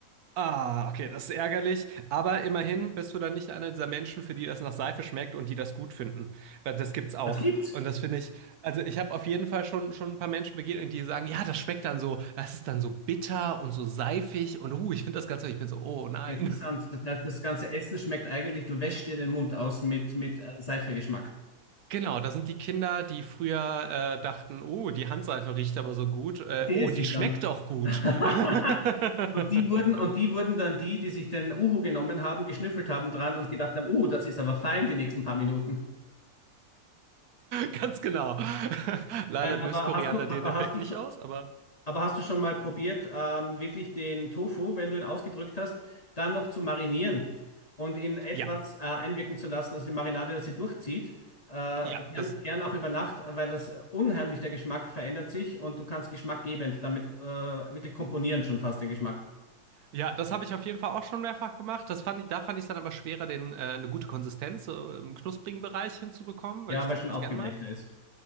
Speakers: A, on the right; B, on the left.
A: Ah, okay, das ist ärgerlich. Aber immerhin bist du dann nicht einer dieser Menschen, für die das nach Seife schmeckt und die das gut finden. Weil das gibt's auch.
B: Das gibt's.
A: Und das finde ich, also ich habe auf jeden Fall schon, schon ein paar Menschen begegnet, die sagen, ja, das schmeckt dann so, das ist dann so bitter und so seifig und uh, ich finde das ganz toll. Ich bin so, oh nein.
B: Interessant. Das heißt, das ganze Essen schmeckt eigentlich, du wäschst dir den Mund aus mit, mit äh, Seifegeschmack.
A: Genau, da sind die Kinder, die früher äh, dachten, oh, die Handseife riecht aber so gut. Äh,
B: Und die
A: oh,
B: esse
A: und die
B: ich
A: schmeckt
B: dann.
A: auch gut.
B: <laughs>
A: <laughs>
B: Und die wurden, und die wurden dann die, die sich den Uhu genommen haben, geschnüffelt haben dran und gedacht haben, uh, das ist aber fein die nächsten paar Minuten.
A: Ganz genau. <laughs> Leider
B: Nein,
A: löst
B: aber
A: Koriander
B: hast du,
A: den
B: aber
A: Effekt
B: hast du
A: nicht
B: schon,
A: aus, aber
B: aber hast du schon mal probiert, ähm, wirklich den Tofu, wenn du ihn ausgedrückt hast, dann noch zu marinieren und in etwas
A: ja,
B: äh, einwirken zu lassen, also die Marinade, dass sie durchzieht, äh,
A: ja,
B: gern,
A: das,
B: gern auch über Nacht, weil das äh, unheimlich der Geschmack verändert sich und du kannst geschmackgebend damit äh, wirklich komponieren schon fast den Geschmack.
A: ja, das habe ich auf jeden Fall auch schon mehrfach gemacht. Das fand ich, da fand ich es dann aber schwerer, den, äh, eine gute Konsistenz so im knusprigen Bereich hinzubekommen, weil
B: Ja,
A: ich das
B: weil es schon
A: ganz
B: aufgeweichter
A: gern mag.
B: ist.